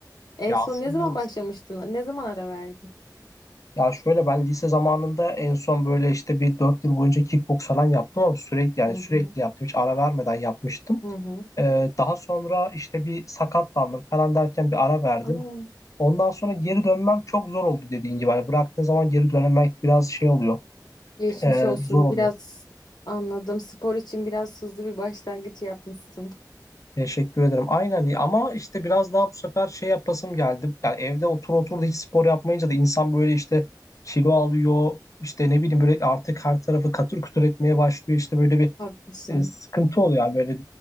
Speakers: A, on the left; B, on the left.
A: En
B: Ya
A: son
B: aslında
A: ne zaman
B: evet.
A: başlamıştın? Ne zaman ara verdin?
B: Ya şöyle ben lise zamanında en son böyle işte bir 4 yıl boyunca kickbox falan yaptım ama sürekli yani
A: Hı
B: sürekli
A: hı.
B: yaptım. Hiç ara vermeden yapmıştım.
A: Hı hı.
B: Ee, daha sonra işte bir sakatlandım falan derken bir ara verdim.
A: Aa,
B: Ondan sonra geri dönmem çok zor oldu dediğin gibi. Hani bıraktığın zaman geri dönmek biraz şey oluyor
A: geçmiş
B: e,
A: olsun.
B: zor oluyor
A: Biraz anladım. Spor için biraz hızlı bir başlangıç yapmışsın.
B: Teşekkür ederim. Aynen ama işte biraz daha bu sefer şey yapasım geldi. Yani evde otur otur da hiç spor yapmayınca da insan böyle işte kilo alıyor. İşte ne bileyim böyle artık her tarafı katır kutur etmeye başlıyor. İşte böyle bir
A: Haklısın.
B: e, sıkıntı oluyor. Yani böyle